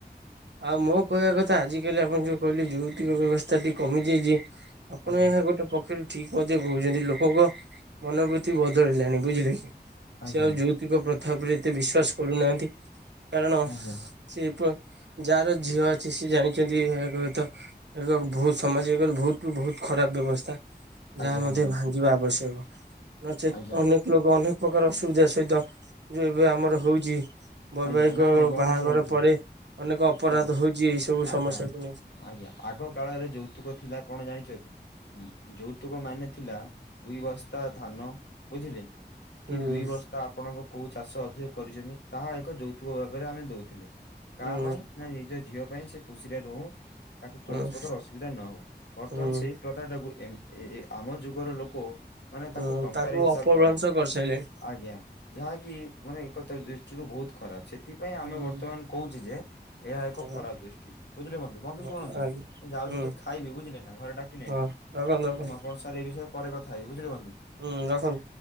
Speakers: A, on the right (about 85°); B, on the left (about 80°).
A: ଆଉ ମୁଁ କହିବା କଥ ଥା। ଆଜି କାଲି ଆପଣ ଯୋଉ କହିଲେ ଯୌତୁକ ବ୍ୟବସ୍ଥାଟି କମିଯାଇଛି ଆପଣ
B: ଆଜ୍ଞା
A: ଏହା ଗୋଟେ ପକ୍ଷରୁ ଠିକ ମଧ୍ୟ କହୁଛନ୍ତି। ଲୋକଙ୍କ ମନୋବୃତ୍ତି ବଦଳିଲାଣି। ବୁଝିଲେ କି? ସେ
B: ଆଜ୍ଞା
A: ଆଉ ଯୌତୁକ ପ୍ରଥା ଉପରେ ଏତେ ବିଶ୍ଵାସ କରୁନାହାନ୍ତି। କାରଣ
B: ଆଜ୍ଞା
A: ସେ ପ ଯାହାର ଝିଅ ଅଛି ସିଏ ଜାଣିଛନ୍ତି ଏହା ଏକ <unintelligible> ଏକ ବହୁତ ସମାଜ <unintelligible> ବହୁତ ରୁ ବହୁତ ଖରାପ ବ୍ୟବସ୍ଥା।
B: ଆଜ୍ଞା
A: ଯାହା ମଧ୍ୟ
B: ଆଜ୍ଞା।
A: ଭାଙ୍ଗିବା ଆବଶ୍ୟକ। ନଚେତ୍
B: ଆଜ୍ଞା
A: ଅନେକ ଲୋକ ଅନେକ ପ୍ରକାର ଅସୁବିଧା ସହିତ ଯୋଉ ଏବେ ଆମର ହଉଛି। ବୈବାହିକ
B: ଆଜ୍ଞା ନାଇଁ ନାଇଁ ବନ୍ଧୁ
A: ବାହାଘର
B: ଶୁଣନ୍ତୁ
A: ପରେ ଅନେକ ଅପରାଧ
B: ଶୁଣନ୍ତୁ
A: ହଉଛି ଏଇ ସବୁ
B: ଆଜ୍ଞା।
A: ସମସ୍ୟାକୁ ନେଇ।
B: ଆଜ୍ଞା ଆଗ କାଳରେ ଯୌତୁକ ଥିଲା କଣ ଜାଣି ଛ କି? ଉମ ଯୌତୁକ ମାନେ ଥିଲା ଦୁଇ ବସ୍ତା ଧାନ ବୁଝିଲେ।
A: ହୁଁ
B: କି ଦୁଇ ବସ୍ତା ଆପଣଙ୍କ କୋଉ ଚାଷ ଅଧିକ କରିଛନ୍ତି? ତାହା ଏକ ଯୌତୁକ ଭାବରେ ଆମେ ଦଉଥିଲେ। କାହା
A: ହୁଁ
B: ପାଇଁ ନା ନିଜ ଝିଅ ପାଇଁ, ସେ ଖୁସିରେ ରହୁ। ତାକୁ
A: ହୁଁ
B: କୌଣସି ପ୍ରକାର ଅସୁବିଧା ନ ହଉ। ବର୍ତ୍ତମାନ
A: ହୁଁ
B: ସେଇ ପ୍ରଥା ଟାକୁ ଏମ ଏ ଏ ଆମ ଯୁଗର ଲୋକ ମାନେ
A: ହୁଁ
B: ତାକୁ ଟଙ୍କାରେ ହିସାବ
A: ଅପଭ୍ରଂଶ
B: କଲାଣି।
A: କରିସାରିଲେଣି।
B: ଆଜ୍ଞା ଯାହାକି ମାନେ ଏକତ୍ର ଦୃ ଷ୍ଟି ରୁ ବହୁତ ଖରାପ। ସେଥିପାଇଁ ଆମେ
A: ହୁଁ
B: ବର୍ତ୍ତମାନ କହୁଛେ ଯେ ଏହା ଏକ
A: ହଁ
B: ଖରାପ ଦୃଷ୍ଟି। ବୁଝିଲେ ବନ୍ଧୁ। ବନ୍ଧୁ
A: ହଁ
B: ଶୁଣନ୍ତୁ,
A: ଆଜ୍ଞା।
B: ମୁଁ ଯାଉଛି
A: ହୁଁ
B: ଟିକେ ଖାଇବି ବୁଝିଲେ ନା ଘରେ ଡାକିଲେଣି।
A: ହଁ ରଖନ୍ତୁ ରଖନ୍ତୁ
B: ମୁଁ ଆପଣ ସାର୍ ଏଇ ବିଷୟରେ ପରେ କଥା ହେବି, ବୁଝିଲେ ବନ୍ଧୁ।
A: ହୁଁ ରଖନ୍